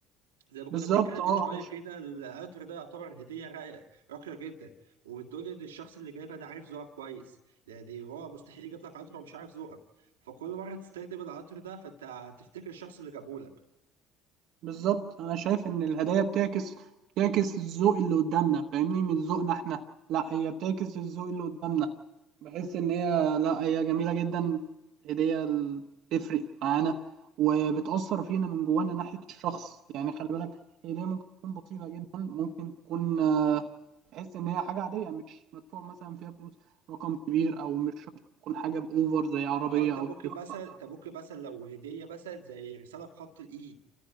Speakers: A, on the right (about 85°); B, on the right (about 65°).
A: زي ما كنا
B: بالظبط
A: بنتكلم
B: اه
A: من شويه
B: انا
A: كده القطر ده يعتبر هديه را- راقيه جدا وبتقول لي ان الشخص اللي جايبها ده عارف ذوقك كويس يعني هو مستحيل يجيب لك قطر ومش عارف ذوقك فكل مره تستخدم القطر ده فانت هتفتكر الشخص اللي جابه لك
B: بالظبط انا شايف ان الهدايا بتعكس بتعكس الذوق اللي قدامنا فاهمني من ذوقنا احنا لا هي بتعكس الذوق اللي قدامنا بحس ان هي لا هي جميله جدا هديه ال- تفرق معانا وبتاثر فينا من جوانا ناحيه الشخص يعني خلي بالك هديه ممكن تكون بسيطه جدا ممكن تكون آه، تحس ان هي حاجه عاديه مش مدفوع مثلا فيها فلوس رقم كبير او مش شرط تكون حاجه باوفر زي عربيه
A: اه انت ممكن
B: او تليفون
A: مثلا انت ممكن مثلا لو هديه مثلا زي رساله بخط الايد